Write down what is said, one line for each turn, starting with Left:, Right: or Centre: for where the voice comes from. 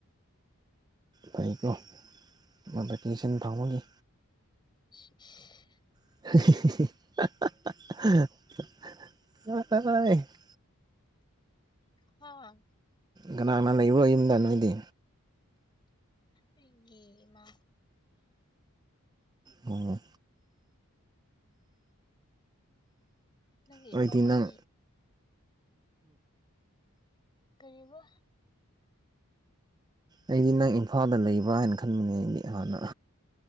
Right: ꯐꯧꯀꯣ <unintelligible> ꯐꯪꯕꯒꯤ
Left: <unintelligible>
Right: <unintelligible>
Left: ꯍꯥ <unintelligible>
Right: ꯀꯅꯥꯅ ꯂꯩꯕ꯭ꯔꯣ ꯌꯨꯝꯗ ꯅꯣꯏꯗꯤ
Left: ꯑꯩꯒꯤ ꯏꯃꯥ
Right: ꯑꯣ
Left: ꯅꯪꯒꯤ
Right: ꯑꯣꯏꯗꯤ
Left: ꯏꯃꯥꯈꯣꯏꯗꯤ
Right: ꯅꯪ
Left: ꯀꯔꯤꯕ
Right: ꯑꯩꯗꯤ ꯅꯪ ꯏꯝꯐꯥꯜꯗ ꯂꯩꯕ꯭ꯔꯥ ꯍꯥꯏꯅ ꯈꯟꯕꯅꯦ ꯑꯩꯗꯤ ꯍꯥꯟꯅ